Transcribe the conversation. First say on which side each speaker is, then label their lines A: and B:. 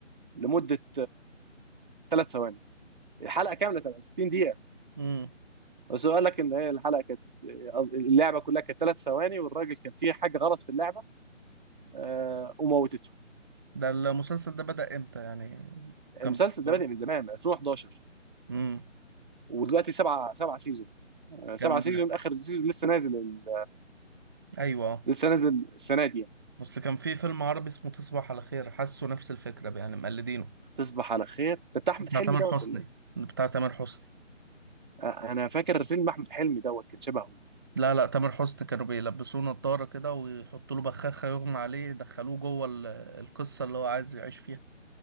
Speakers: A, on the right; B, on the right.
A: لمده ثلاث ثواني الحلقه كامله تبقى 60 دقيقه
B: امم
A: بس هو قال لك ان هي الحلقه كانت قصد- اللعبه كلها كانت ثلاث ثواني والراجل كان فيه حاجه غلط في اللعبه آه، وموتته
B: ده المسلسل ده بدأ امتى يعني كان
A: المسلسل
B: بيتصور
A: ده بادئ من زمان من 2011
B: امم
A: ودلوقتي سبعه سبعه سيزون آه، سبعه
B: كان
A: سيزون اخر سيزون لسه نازل ال-
B: ايوه اه.
A: لسه نازل السنه دي يعني
B: بس كان في فيلم عربي اسمه تصبح على خير حاسه نفس الفكرة يعني مقلدينه
A: تصبح على خير ده بتاع احمد
B: بتاع
A: حلمي
B: تامر
A: دوت
B: حسني
A: ولا ايه؟
B: بتاع تامر حسني
A: آه، انا فاكر فيلم احمد حلمي دوت كان شبهه
B: لا لا تامر حسني كانوا بيلبسوه نضارة كده ويحطوا له بخاخة يغمى عليه يدخلوه جوه ال- القصة اللي هو عايز يعيش فيها